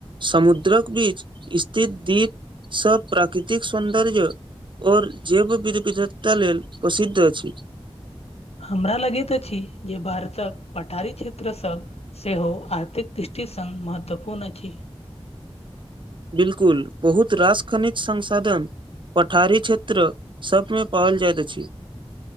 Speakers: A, on the right; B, on the left.
A: समुद्रक बीच स्थित दीप सभ प्राकृतिक सौन्दर्य ओर जैव विध -विधधता लेल प्रसिद्ध अछि
B: हमरा लगैत अछि जे भारतक पठारी क्षेत्र सँ सेहो आर्थिक दृष्टि संग महत्वपूर्ण अछि
A: बिल्कुल बहुत रास खनिज संसाधन पठारी क्षेत्र सभमे पाओल जाइत अछि